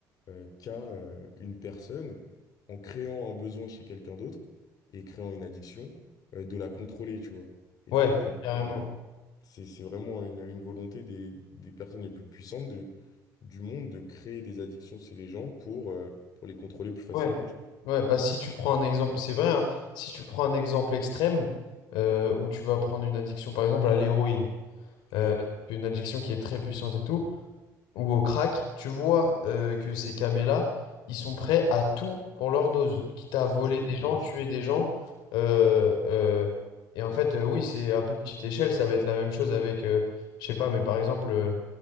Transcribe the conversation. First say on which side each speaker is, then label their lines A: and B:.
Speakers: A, on the left; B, on the left.
A: euh, qu'a euh, une personne en créant un besoin chez quelqu'un d'autre et créant une addiction euh, de la contrôler tu vois et
B: Ouais,
A: du coup pour
B: carrément.
A: moi euh, c'est c'est vraiment une, une volonté des, des personnes les plus puissantes de, du monde de créer des addictions chez les gens pour, euh, pour les contrôler plus facilement.
B: Ouais.
A: tu
B: Ouais, bah si tu prends un exemple, c'est vrai, hein, si tu prends un exemple extrême euh, où tu vas prendre une addiction, par exemple, à l'héroïne, euh,
A: vois. Ouais,
B: une addiction qui est très puissante et tout, ou au crack, tu vois euh, que ces camés-là, ils sont prêts à tout pour leur dose, quitte à
A: c'est
B: voler
A: exactement
B: des gens,
A: ça.
B: tuer des gens. euh, euh, et en fait, euh, oui, c'est à plus petite échelle, ça va être la même chose avec, euh, je sais pas, mais par exemple, euh,